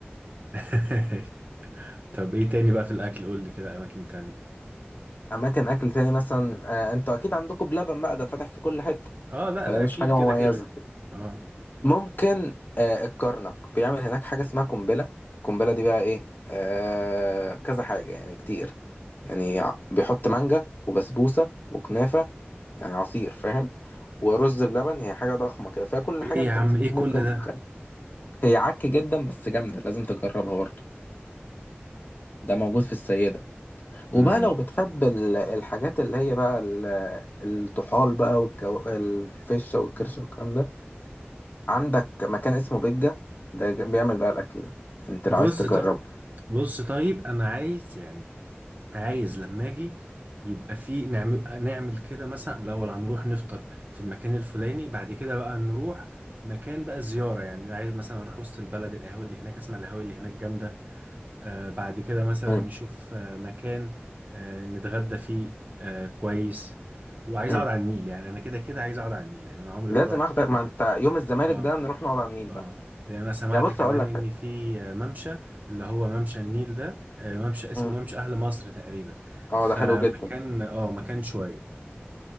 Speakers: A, on the right; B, on the left.
A: <laughs> طب ايه تاني بقى في الاكل قول لي كده اماكن تانية
B: اماكن اكل تاني مثلا آه، انتوا اكيد عندكم بلبن بقى ده فاتح في كل حته
A: اه لا
B: فده
A: ده
B: مش
A: اكيد
B: حاجه
A: كده
B: مميزه
A: كده اه
B: ممكن آه الكرنك بيعمل هناك حاجة اسمها قنبلة القنبلة دي بقى ايه آه كذا حاجة يعني كتير يعني ع- بيحط مانجا وبسبوسة وكنافة يعني عصير فاهم ورز بلبن هي حاجة ضخمة كده فيها كل
A: ايه
B: حاجة انت
A: يا عم
B: ممكن
A: ايه
B: ممكن
A: كل ده
B: تتخيل هي عك جدا بس جامدة لازم تجربها برضه ده موجود في السيدة وبقى
A: امم
B: لو بتحب ال- الحاجات اللي هي بقى ال- الطحال بقى والكو... الفشة والكرشة والكلام ده عندك مكان اسمه بجة ده ج- بيعمل بقى الأكل ده أنت
A: بص
B: لو عايز تجرب
A: طب بص طيب انا عايز يعني عايز لما اجي يبقى في نعمل نعمل كده مثلا الاول هنروح نفطر في المكان الفلاني بعد كده بقى نروح مكان بقى زيارة يعني عايز مثلا اروح وسط البلد القهاوي اللي هناك اسمع القهاوي اللي هناك جامدة آه، بعد كده مثلا
B: مم.
A: نشوف آه، مكان آه، نتغدى فيه آه، كويس وعايز
B: مم.
A: اقعد على النيل يعني انا كده كده عايز اقعد على النيل لان أنا عمري
B: لازم
A: ما روحت
B: أخدك
A: في
B: ما
A: مكان
B: أنت يوم الزمالك
A: اه
B: ده نروح نقعد على النيل
A: اه
B: بقى
A: لان انا سمعت
B: يا بص
A: كمان
B: هقول لك
A: ان
B: حاجة
A: في آه، ممشى اللي هو ممشى النيل ده آه، ممشى اسمه
B: مم.
A: ممشى اهل مصر تقريبا
B: أه
A: فمكان
B: ده حلو جدا
A: اه مكان شوية